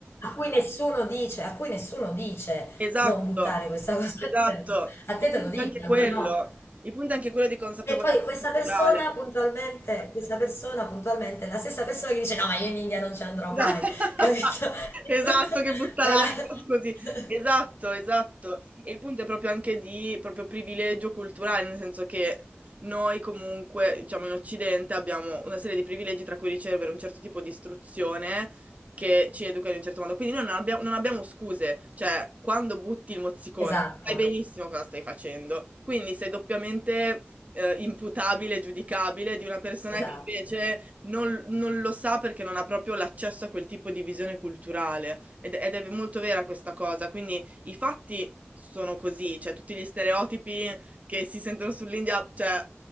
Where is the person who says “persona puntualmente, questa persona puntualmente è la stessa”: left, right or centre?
Left